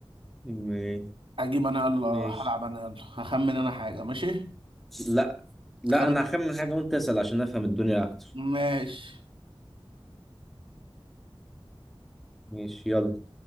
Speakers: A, in the centre; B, on the right.
A: ماشي
B: اجيب انا يلا
A: ماشي
B: هلعب انا يلا هخمن انا حاجة ماشي
A: لا لا
B: خمن
A: انا هخمن حاجة وانت اسأل عشان افهم الدنيا اكتر
B: ماشي
A: ماشي يلا